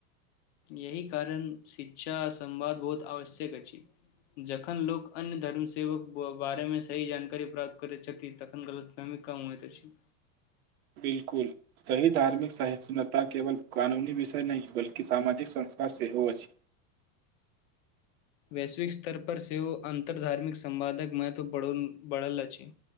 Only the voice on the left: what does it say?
यही कारण शिक्षा आ संवाद बहुत आवश्यक अछि। जखन लोक अन्य धर्म सेवक बारेमे सही जानकारी प्राप्त करैत छथि तखन गलतफहमी कम होइत अछि।
वैश्विक स्तर पर सेहो अन्तर धार्मिक संवादक महत्व ब बढ़ल अछि